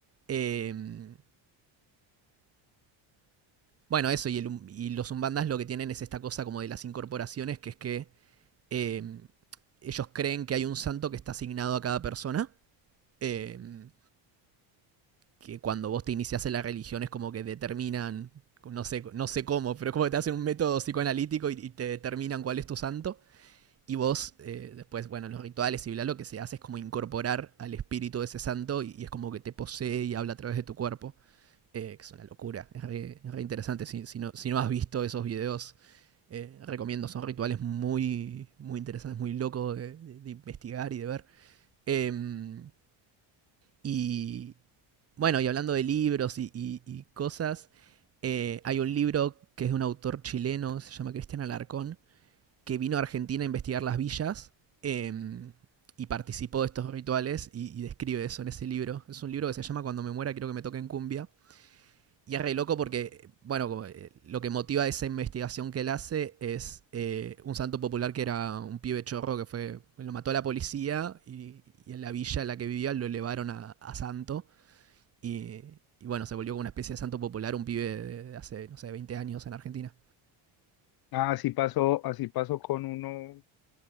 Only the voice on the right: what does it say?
Eh, bueno, eso, y, el um- y los umbandas lo que tienen es esta cosa como de las incorporaciones, que es que eh, ellos creen que hay un santo que está asignado a cada persona eh, que cuando vos te inicias en la religión es como que determinan, no sé, no sé cómo, pero como que te hacen un método psicoanalítico y, y te determinan cuál es tu santo. Y vos, eh, después, bueno, los rituales y bla, lo que se hace es como incorporar al espíritu de ese santo y, y es como que te posee y habla a través de tu cuerpo. Eh, que es una locura, es re, es re interesante. Si, si, no, si no has visto esos videos, eh, recomiendo. Son rituales muy, muy interesantes, muy locos de, de- de investigar y de ver. Em, Y bueno, y hablando de libros y, y- y cosas, eh, hay un libro que es de un autor chileno, se llama Cristian Alarcón, que vino a Argentina a investigar las villas em, y participó de estos rituales y, y describe eso en ese libro. Es un libro que se llama Cuando me muera quiero que me toquen cumbia. Y es re loco porque, bueno, como, eh, lo que motiva esa investigación que él hace es eh, un santo popular que era un pibe chorro que fue, lo mató a la policía y, y en la villa en la que vivía lo elevaron a, a santo. Y, y bueno, se volvió como una especie de santo popular un pibe de, de hace, no sé, 20 años en Argentina.